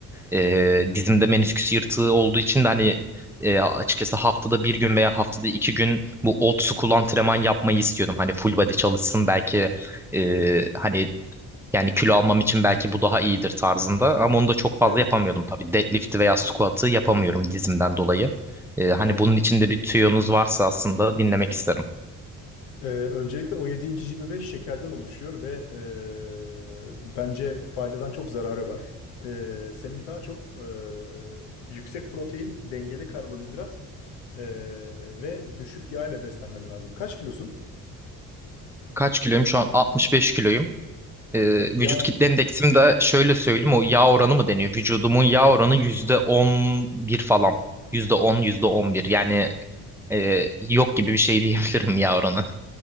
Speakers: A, in the centre; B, on the left.
A: E, dizimde menisküs yırtığı olduğu için de hani e, açıkçası haftada bir gün veya haftada iki gün bu old school antrenman yapmayı istiyordum. Hani full body çalışsın belki e, hani yani kilo almam için belki bu daha iyidir tarzında. Ama onu da çok fazla
B: evet,
A: yapamıyordum tabii. Deadlift'i veya squat'ı yapamıyorum dizimden dolayı. E, hani
B: evet.
A: bunun içinde bir tüyonuz varsa aslında dinlemek isterim.
B: Ee, öncelikle o yediğin cici bebe şekerden oluşuyor ve eee, bence faydadan çok zararı var. Ee, senin daha çok eee, yüksek protein, dengeli karbonhidrat eee, ve düşük yağ ile beslenmen lazım. Kaç kilosun?
A: Kaç kiloyum? Şu an 65 kiloyum. e,
B: Yağ
A: vücut kitle endeksim de şöyle söyleyeyim o yağ oranı mı deniyor? Vücudumun yağ oranı yüzde on bir falan. yüzde yüzde on yüzde on bir yani e, yok gibi bir şey <laughs> diyebilirim yağ oranı.